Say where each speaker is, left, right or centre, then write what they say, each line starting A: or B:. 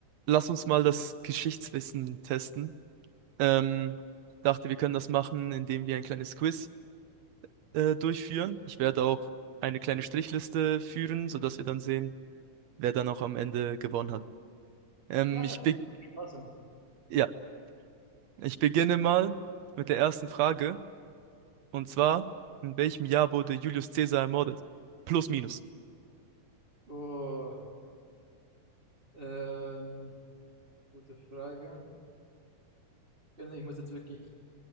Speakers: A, on the right; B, on the right.
A: lass uns mal das Geschichtswissen testen. Ähm, dachte, wir können das machen, indem wir ein kleines Quiz äh, durchführen. Ich werde auch eine kleine Strichliste führen, sodass wir dann sehen, wer dann auch am Ende gewonnen hat. Ähm,
B: Ah
A: ich
B: ja,
A: be
B: Spaß denn?
A: ja, ich beginne mal mit der ersten Frage. Und zwar, in welchem Jahr wurde Julius Caesar ermordet? Plus, minus.
B: Oh, ähm, gute Frage. Ja, nee, Ich muss jetzt wirklich